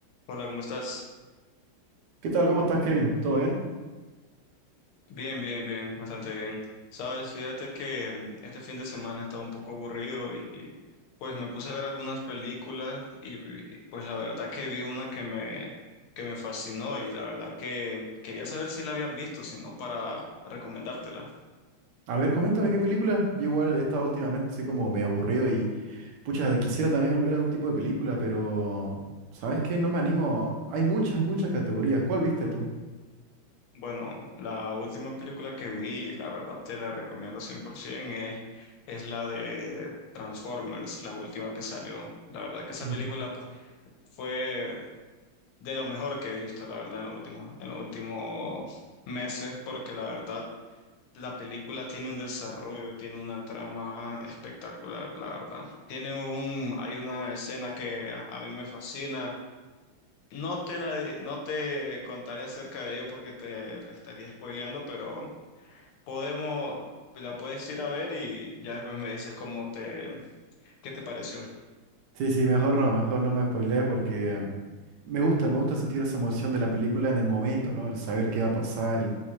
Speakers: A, on the left (about 85°); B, on the right (about 65°).
A: Hola, ¿cómo estás?
B: ¿Qué tal? ¿Cómo estás, Kevin? ¿Todo bien?
A: Bien, bien, bien, bastante bien. Sabes, fíjate que mm, este fin de semana estaba un poco aburrido y, y, pues me puse a ver algunas películas y, y, pues la verdad que vi una que me, que me fascinó y la verdad que quería saber si la habías visto, si no para recomendártela.
B: A ver, coméntame qué película. Yo igual he estado últimamente así como medio aburrido y pucha, quisiera también ver algún tipo de película, pero ¿sabes qué? No me animo. Hay muchas, hay muchas categorías. ¿Cuál viste tú?
A: Bueno, la última película que vi, la verdad te la recomiendo 100%, es, es la de Transformers, la última que salió. La verdad que esa
B: Eh,
A: película pa- fue de lo mejor que he visto, la verdad, en los últimos, en los últimos meses, porque la verdad, la película tiene un desarrollo, tiene una trama espectacular, la verdad. Tiene un, hay una escena que a, a mí me fascina. No te la, di- no te contaré acerca de ello porque te la estaría spoileando, pero podemos, la puedes ir a ver y ya después me dices cómo te, qué te pareció.
B: Sí, sí, mejor no, mejor no me spoilees porque me gusta, me gusta sentir esa emoción de la película en el momento, ¿no? El saber qué va a pasar, el,